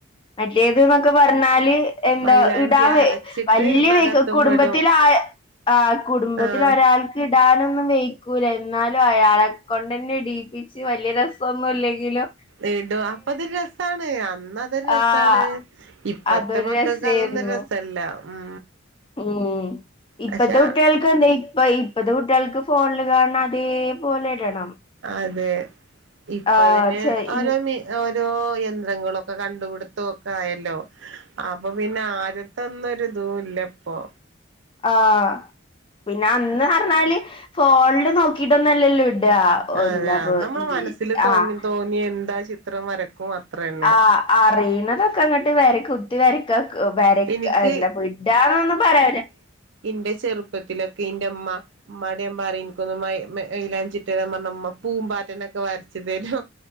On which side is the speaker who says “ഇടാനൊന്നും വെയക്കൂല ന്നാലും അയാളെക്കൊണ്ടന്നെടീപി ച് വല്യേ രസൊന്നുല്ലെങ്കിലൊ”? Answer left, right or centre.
Left